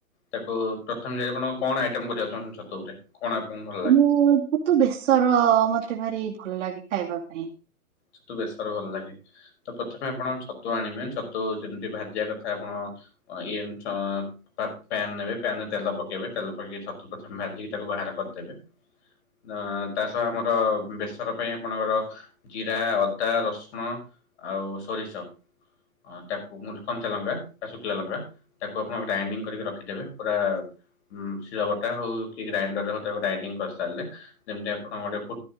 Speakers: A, on the left; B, on the right.
A: ତାକୁ ପ୍ରଥମେ ଯାଇ ଆପଣ କଣ ଆଇଟମ କରିବାକୁ ଚାହୁଁଛନ୍ତି ଛତୁ ଉପରେ? କଣ ଆପଣଙ୍କୁ ଭଲ ଲାଗେ?
B: ମୁଁ ଛତୁ ବେସର ମତେ ଭାରି ଭଲ ଲାଗେ ଖାଇବା ପାଇଁ।
A: ଛତୁ ବେଶର ଭଲ ଲାଗେ ତ ପ୍ରଥମେ ଆପଣ ଛତୁ ଆଣିବେ, ଛତୁ ଯେମତି ଭାଜିଆ କଥା ଆପଣ ଇଏ ଆଁ ପ୍ୟା ପ୍ୟାନ୍ ନେବେ ପ୍ୟାନ୍ ରେ ତେଲ ପକେଇବେ ତେଲ ପକେଇକି ଛତୁ ପ୍ରଥମେ ଭାଜିକି ତାକୁ ବାହାର କରିଦେବେ ଆଁ ତା ସହ ଆମର ବେସର ପାଇଁ ଆପଣଙ୍କର ଜିରା, ଅଦା, ରସୁଣ, ଆଉ ସୋରିଷ ଆଁ ତାକୁ ମୁଁ କଞ୍ଚା ଲଙ୍କା ବା ଶୁଖିଲା ଲଙ୍କା ତାକୁ ଆପଣ ଗ୍ରାଇଣ୍ଡିଙ୍ଗ କରିକି ରଖିଦେବେ ପୁରା ଉ ଶିଳବଟା ହଉ କି ଗ୍ରାଇଣ୍ଡର ରେ ହଉ ତାକୁ ଗ୍ରାଇଡିଙ୍ଗ କରି ସାରଲେ ସେମତି ଆପଣ ଗୋଟେ ପୁ